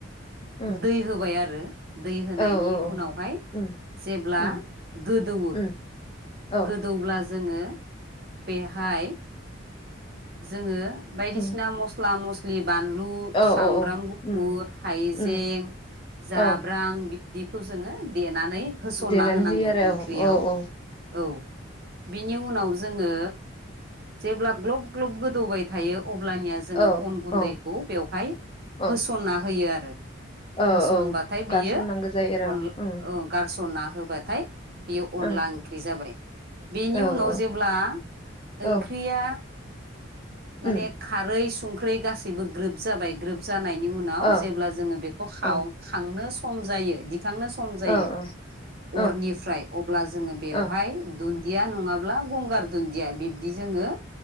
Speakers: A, on the left; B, on the right.
A: उम
B: दै होबाय आरो। दै होनायनि
A: औ औ
B: उनावहाय
A: उम
B: जेब्ला
A: उम
B: गोदौवो,
A: उम औ
B: गोदौब्ला जोङो बेहाय जोङो बायदिसिना
A: उम
B: मस्ला मस बानलु,
A: औ
B: सामब्राम
A: औ
B: गुफुर,
A: उम
B: हायजें,
A: उम
B: जाब्रां
A: औ
B: बि दिखौ जोङो देनानै होसनना
A: देनानै
B: होनांगौ
A: होयो आरो
B: इंख्रियाव
A: औ औ
B: औ। बिनि उनाव जोङो जेब्ला ग्लब ग्लब गोदौबाय थायो, अब्लानिया जोङो
A: औ
B: अन गुन्दैखौ
A: औ
B: बेवहाय
A: औ
B: होसनना होयो आरो।
A: औ
B: होसनबाथाय
A: औ गारसननांगौ
B: बियो
A: जायो आरो
B: अन
A: उम
B: ओं गारस'ना होबाथाय बेयो अनला
A: ओ
B: ओंख्रि जाबाय। बेनि
A: औ
B: उनाव
A: औ
B: जेब्ला ओंख्रिया
A: औ
B: माने
A: उम
B: खारै सुंख्रै गासैबो ग्रोब जाबाय ग्रोब जानायनि उनाव
A: ओ
B: जेब्ला जोङो बेखौ खाव
A: ओं
B: खांनो सम जायो खांनो सम जायो
A: ओ ओ ओ
B: अरनिफ्राय अब्ला जोङो बेवहाय
A: ओ
B: दुन दिया नङाब्ला गंगार दुन्दिया, बिब्दि जोङो